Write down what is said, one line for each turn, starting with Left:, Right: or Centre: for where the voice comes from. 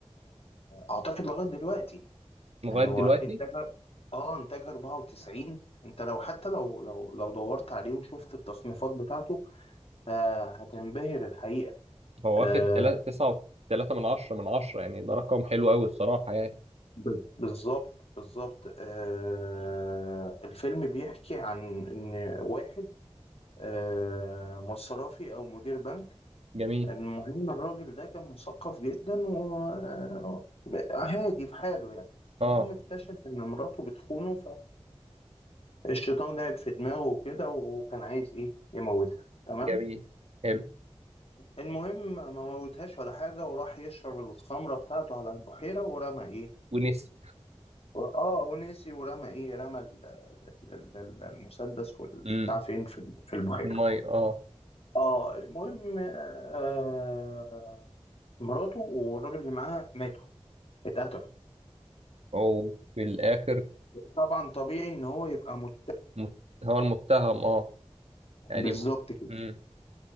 Left: اعتقد لغايه دلوقتي يعني
Right: لغاية
Left: هو
Right: دلوقتي
Left: انتاج اه انتاج 94 انت لو حتى لو لو لو دورت عليه وشفت التصنيفات بتاعته آه هتنبهر الحقيقه
Right: هو
Left: آه
Right: واخد تلا- تسعة وتلاتة من عشرة من عشرة يعني ده رقم حلو قوي الصراحة يعني
Left: ب- بالظبط بالظبط آه الفيلم بيحكي عن ان واحد آه، مصرفي او مدير بنك
Right: جميل
Left: المهم الراجل ده كان مثقف جدا وهادي في حاله يعني
Right: اه
Left: المهم اكتشف ان مراته بتخونه فالشيطان لعب في دماغه وكده وكان عايز ايه يموتها تمام
Right: جميل حلو
Left: المهم ما موتهاش ولا حاجه وراح يشرب الخمره بتاعته على البحيره ورمى ايه
Right: ونسي
Left: اه ونسي ورمى ايه رمى ال- ال- ال- المسدس والبتاع
Right: امم
Left: فين في في البحيره
Right: المية اه
Left: اه المهم آه مراته والراجل اللي معاها ماتوا اتقتلوا
Right: وفي الآخر
Left: فطبعا طبيعي ان هو يبقى مت...
Right: مت... هو المتهم اه يعني
Left: بالظبط
Right: دي
Left: كده
Right: امم